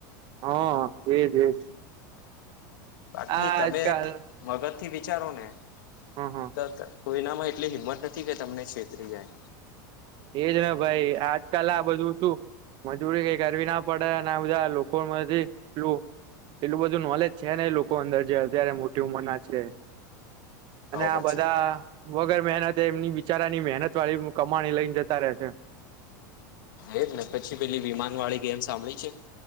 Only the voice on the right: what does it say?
હા એજ એજ.
આ આજકાલ
હ હ
એજ ને ભાઈ આજકાલ આ બધું છું મજૂરી કઈ કરવી ના પડે અને બધા લોકોમાં એલું એટલું બધું નોલેજ છે ને એ લોકો અંદર જે અત્યારે મોટી ઉંમર ના છે.
અને આ
બધા વગર મહેનતે એમની બિચારાની મહેનત વાળી કમાણી લઈને જ તા રહે છે.